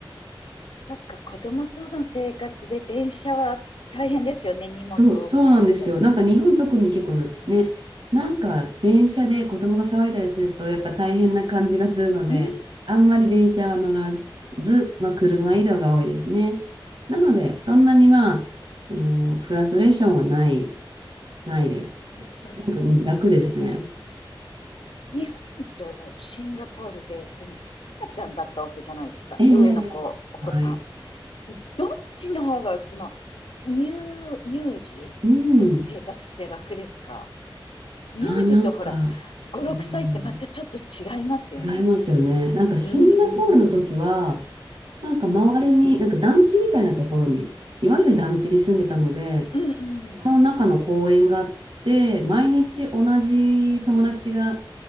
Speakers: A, on the left (about 80°); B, on the right (about 65°).
A: そっか、子供との生活で電車は大変ですよね。荷物多くなっちゃうし。
B: そう、そうなんですよ。なんか日本特に結構ね、なんか電車で子供が騒いだりするとやっぱ大変な感じがするので、
A: うん。
B: あんまり電車は乗らず、まあ、車移動が多いですね。なので、
A: あ、
B: そんなにまあ、あのフラストレーションはない、ないです。
A: うんうん。
B: なんかうん楽ですね。
A: 日本とシンガポールで、その、赤ちゃんだったわけじゃないですか。
B: ええ、ええええはい。
A: 上の子、お子さん。どっちの方が、その、乳、乳児との生活って楽ですか
B: うん。
A: 乳児とほら、
B: ああ、なんか、
A: 五六歳ってまたちょっと違いますよね。
B: うん、違いますよね。なんかシンガポールの時は、
A: うん、うん、うん、
B: なんか周りに、なんか団地みたいなところに、いわゆる団地に住んでたので、
A: うん、
B: その中の公園があって、
A: うん。
B: 毎日同じ友達があ